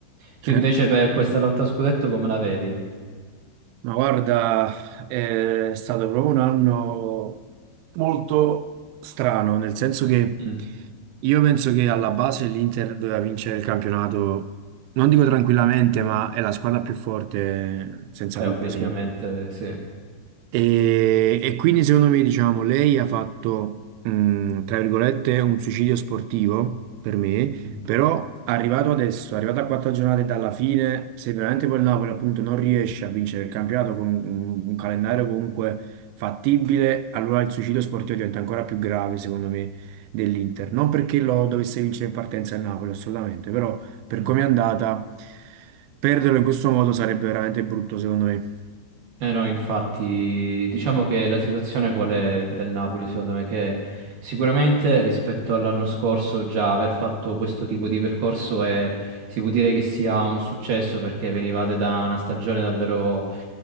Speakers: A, on the right; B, on the right.
A: Tu
B: certo.
A: invece per questa lotta a scudetto come la vedi?
B: Ma guarda, è stato proprio un anno molto strano, nel senso che
A: Mm.
B: io penso che alla base l'Inter doveva vincere il campionato, non dico tranquillamente, ma è la squadra più forte senza
A: Eh,
B: dubbio,
A: obiettivamente
B: secondo me.
A: sì.
B: E, e quindi secondo me, diciamo, lei ha fatto, mh, tra virgolette, un suicidio sportivo per me,
A: Mm.
B: però arrivato adesso, arrivato a quattro giornate dalla fine, se veramente poi il Napoli appunto non riesce a vincere il campionato con un, un calendario comunque fattibile, allora il suicidio sportivo diventa ancora più grave, secondo me, dell'Inter. Non perché lo dovesse vincere in partenza il Napoli, assolutamente, però per
A: Mm.
B: come è andata, perderlo in questo modo sarebbe veramente brutto, secondo me.
A: Eh no, infatti, diciamo che la situazione qual è del Napoli, secondo me, che sicuramente rispetto all'anno scorso già aver fatto questo tipo di percorso è, si può dire che sia un successo perché venivate da una stagione davvero